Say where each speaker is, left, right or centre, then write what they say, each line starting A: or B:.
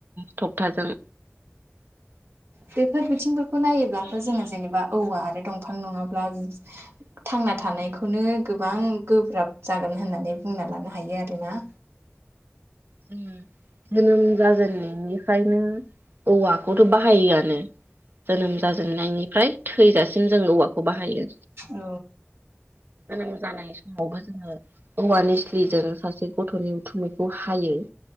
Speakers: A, on the right; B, on the right.
A: थख्ताजों।
B: बेफोर बिथिंफोरखौ नायोबथ' जोङो जेनेबा औवा आरो दंफां नङाब्ला थांना थानायखौनो गोबां गोब्राब जागोन होननानै बुंना लानो हायो आरो ना।
A: जोनोम जाजेननायनिफ्रायनो औवाखौथ' बाहायोआनो जोनोम जाज। जोंनायनिफ्राय थैजासिम जों औवाखौ बाहायो।
B: औ
A: नबा जोङो औवानि निसलिजों सासे गथ'नि। उथुमैखौ हायो।